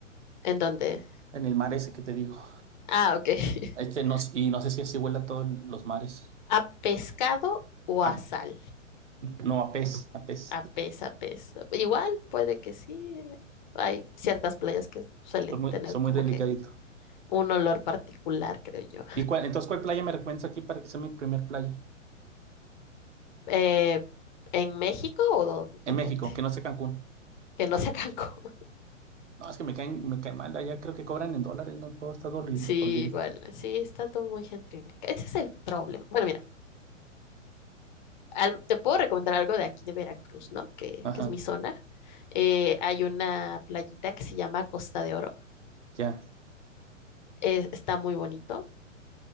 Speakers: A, on the left; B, on the right.
A: ¿en dónde?
B: en el mar ese que te digo.
A: Ah, ok. <laughs>
B: Este no, y no sé si así huele a todos los mares.
A: ¿A pescado o
B: A-
A: a sal?
B: no, a pez, a pez.
A: A pez, a pez. Igual, puede que sí. eh, Hay ciertas playas que suelen
B: Soy muy,
A: tener
B: soy muy
A: como
B: delicadito.
A: que un olor particular, creo yo.
B: ¿Y cuál, entonces cuál playa me recomiendas aquí para que sea mi primer playa?
A: Eh, ¿en México o, dó-
B: En
A: o
B: México,
A: dónde?
B: que no sea Cancún.
A: Que no sea <laughs> Cancún.
B: No, es que me caen, me cae mal. Allá creo que cobran en dólares, ¿no? Todo está dolari-
A: Sí,
B: dolarífica.
A: igual, sí, está todo muy gentrificado. Ese es el problema. Bueno, mira, al- te puedo recomendar algo de aquí de Veracruz, ¿no? Que,
B: Ajá,
A: que es mi zona. Eh, hay una playita que se llama Costa de Oro.
B: ya.
A: Es- está muy bonito.